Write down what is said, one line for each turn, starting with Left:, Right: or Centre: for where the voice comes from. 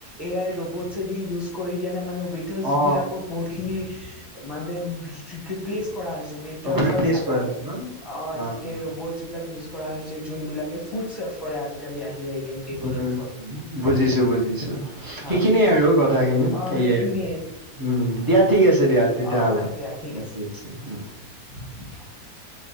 Centre: এ আই ৰবটছেদি ইউজ কৰি কেনে মানে ৱেটাৰছবিলাকক
Right: অ
Centre: বহুতখিনি মানে ৰিপ্লেচ কৰা হৈছে ৱেটাৰছৰ
Right: অ ৰিপ্লেচ
Centre: জাগাত
Right: কৰা হৈছে ন
Centre: অ'এনেকে
Right: অ
Centre: ৰবটছ বিলাক ইউজ কৰা হৈছে যোন বিলাকে ফুড চাৰ্ভ কৰে আজিকালি আহি -আহি কেনে টেবুলৰ
Right: উম-উম-উম
Centre: থ্ৰুত
Right: বুজিছো - বুজিছো,
Centre: হয়
Right: সিখিনিয়ে আৰু <unintelligible> সেয়ে
Centre: অ সেইখিনিয়ে
Right: আৰু উম দিয়া ঠিক আছে দিয়া তেতিয়াহ'লে
Centre: অ অ দিয়া ঠিক
Right: উম
Centre: আছে
Right: <unintelligible>
Centre: <inaudible>